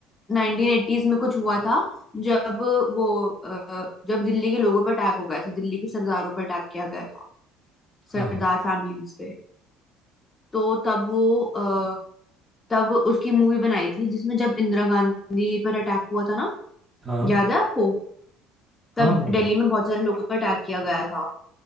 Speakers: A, on the left; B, on the right.
A: 1980s में कुछ हुआ था जब वो अ, जब दिल्ली के लोगों पर अटैक हो गया था दिल्ली के सरदारों पर अटैक किया गया था सरदार
B: हाँ
A: फैमिलीज पे तो तब वो अ, तब उसकी मूवी बनाई थी जिसमें जब इंदिरा गांधी पर अटैक हुआ था ना
B: हाँ
A: याद है आपको तब
B: हाँ हाँ हाँ
A: दिल्ली में बहुत सारे लोगों पर अटैक किया गया था